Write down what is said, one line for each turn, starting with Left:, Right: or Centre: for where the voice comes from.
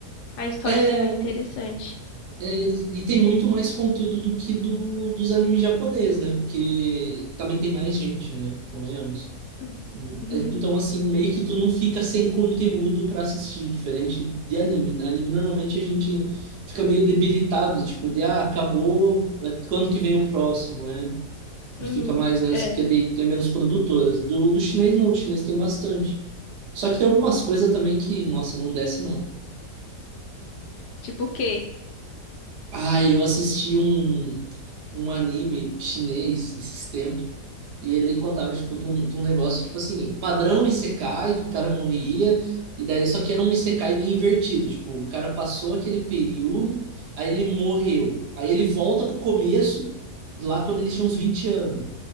Left: A história
Right: É,
Left: também é interessante.
Right: é, e tem muito mais conteúdo do que do, dos animes japoneses, né? Porque também tem mais gente, né? Convenhamos.
Left: Uhum. Uhum.
Right: É, Então, assim, meio que tu não fica sem conteúdo pra assistir, diferente de anime. né? Anime, normalmente, a gente fica meio debilitado, tipo, de, ah, acabou, é, quando que vem o próximo, né?
Left: Uhum.
Right: E fica mais nessa,
Left: É.
Right: porque de- tem menos produtoras. Do, do chinês, não, do chinês tem bastante. Só que tem algumas coisas também que, nossa, não desce, não.
Left: Tipo o quê?
Right: Ai, eu assisti um, um anime chinês esses tempos, e ele contava, tipo, de um, de um negócio, tipo assim, padrão Isekai, que o cara morria, e daí só que era um Isekai meio invertido, tipo, o cara passou aquele período, aí ele morreu, aí ele volta pro começo, lá quando ele tinha uns 20 anos,